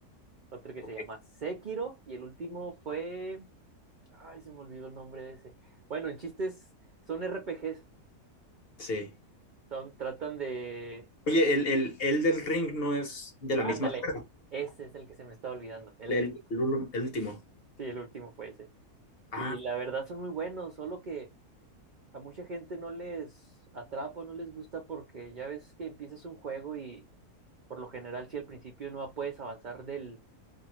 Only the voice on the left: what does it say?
ok,
sí.
Oye, el, el, el del ring no es de la
misma saga,
el,
el ul- el último.
Ah,